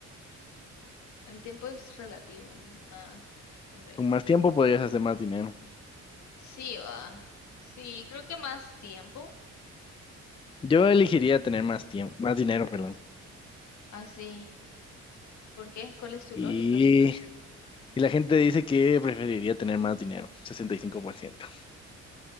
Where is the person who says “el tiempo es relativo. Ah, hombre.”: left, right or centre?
Left